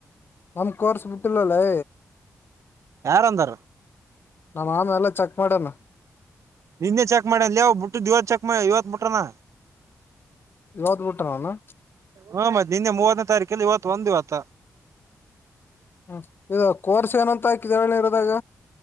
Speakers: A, on the left; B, on the right.
A: ನಮ್ ಕೋರ್ಸ್ ಬಿುಟ್ಟಿಲ್ಲಲ್ಲೇ
B: ಯಾರ ಅಂದ್ರ
A: ನಮ್ಮ ಆಮ ಎಲ್ಲಾ ಚೆಕ್ ಮಾಡಣ
B: ನಿನ್ನೆ ಚೆಕ್ ಮಾಡ್ಯ ಅಲ್ಲಿವು್ ಬಿಟ್ಟು ದವ ಚೆಕ್ ಮಾಡ ಇವತ್ ಬಿಟ್ರನಾ
A: ಇವತ್ ಬಿಟ್ಟ ಅವನು
B: ಹ್ಮ ಮತ್ತೆ ನಿನ್ನೆ ಮೂವತ್ತನೇ ತಾರೀಕು ಕ ಇವತ್ತು ಒಂದ್ ಇವತ್ತ
A: ಹ್ಮ ಇದು ಕೋರ್ಸ್ ಏನಂತಕಿದಿ ಹೇಳು ಇದ್ರಾಗ